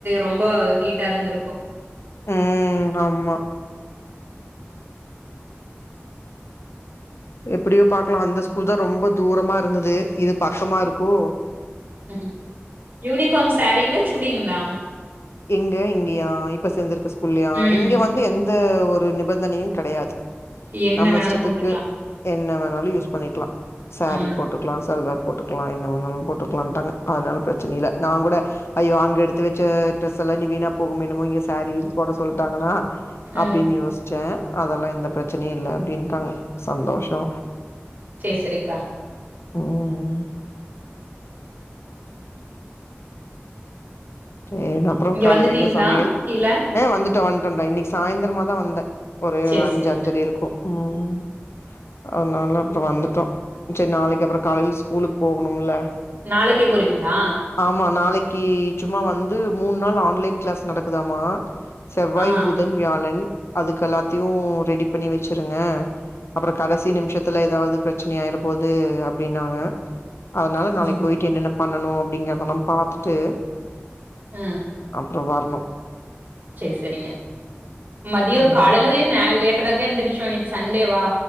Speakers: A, on the right; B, on the left.
A: ரொம்ப ஹீட்டா இருந்திருக்கு
B: ம் ஆமா எப்படியோ பாக்கலா அந்த ஸ்கூல்தா ரொம்ப தூரமா இருந்துது இது பக்கமா இருக்கவு
A: ம் ம் யூனிஃபாம் சேரீங்களா சுடிங்ளா
B: எங்க இங்கயா இப்ப சேந்திருக்க ஸ்கூல்லயா
A: ம்.
B: இங்க வந்து எந்த ஒரு நிபந்தனையு கெடயாது
A: என்ன
B: நம்ம
A: வேணாலு
B: இஷ்டத்துக்கு
A: போட்டுக்கலா
B: என்ன வேணாலு யூஸ் பண்ணிக்லா சேரி
A: ஆ
B: போட்டு க்லா சல்வார் போட்டுக்லா என்ன வேணாலு போட்டுக்லான்டாங்க அதனால ப்ரெச்சன இல்ல நாங் கூட ஐயோ அங்க எடுத்து வெச்ச ட்ரெஸெல்லா இனி வீணா போகுமோ என்னமோ இங்க சேரீ கீரி போட சொல்ட்டாங்கனா
A: ம்
B: அப்டின் யோஸ் ச்சே அதெல்லா எந்த ப்ரெச்சனியு இல்ல அப்டின்டாங்க சந்தோஷோ
A: சே சேரிக்கா
B: ம் ம் சேர் அப்பறோ
A: இங்க
B: காலையில
A: வந்துட்டீங்களா
B: என்ன சமையல்
A: கீழ
B: ஆ வந்துட்டோ வந்ட்டோடா இன்னைக்கு சாய்ந்திரமாதா வந்தே ஒரு
A: சேரி
B: அஞ்சு
A: சேரிங்க
B: அஞ்சர இருக்கு ம் அதனால அப்பறோ வந்துட்டோ சேர் நாளைக்கப்பறோ காலைல ஸ்கூலுக் போகணுமுல
A: நாளைக்கே போறீங்ளா
B: ஆமா நாளைக்கு சும்மா வந்து மூண் நாள் ஆன்லைன் க்ளாஸ் நடக்குதாமா செவ்வாய்
A: ஆ ஆ
B: புதன் வியாழன் அதுக்கல்லாத்தியு ரெடி பண்ணி வெச்சிருங்க அப்பறோ கடசி நிம்ஷத்துல எதாவ்து ப்ரெச்சின ஆயிற போது அப்டின்னாங்க அதனால
A: ம்
B: நாளைக் போயிட்டு என்னென்ன பண்ணனு அப்டிங்கறதெலாம் பாத்துட்டு
A: அ
B: அப்றோ வரணு
A: சேர் செரிங்க மதியோ
B: ம்.
A: காலைவே நா லேட்டதாக்க எந்திரிச்சோ இன்னிக்கு சண்டேவா